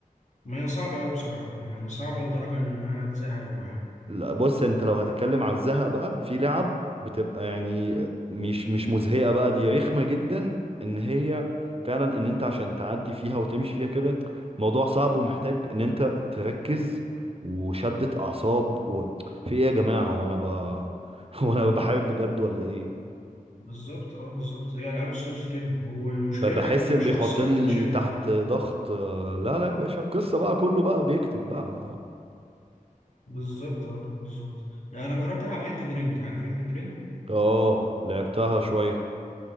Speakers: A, on the left; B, on the right.
A: ما هي صعبة قوي بصراحة يعني صعبة لدرجة انها تزهق الواحد
B: لا بص انت لو هتتكلم على الزهق بقى في لعب بتبقى يعني مش مش مزهقه بقى دي رخمه جدا ان هي فعلا ان انت عشان تعدي فيها وتمشي فيها كده موضوع صعب ومحتاج ان انت تركز وشدة اعصاب و... في ايه يا جماعه هو انا ب... <laughs> هو انا بحارب بجد ولا ايه
A: بالظبط اه بالظبط هي العاب السولز كده والمشكلة
B: ب- بحس
A: انها ما فيهاش
B: ان بيحطني
A: قصة حتى تشدك
B: تحت ضغط آه، لا لا يا باشا القصة بقى كله بقى بيكتب بقى
A: بالظبط اه بالظبط لا انا جربت العب إلدن رينج عارف إلدن رينج
B: اه لعبتها شوية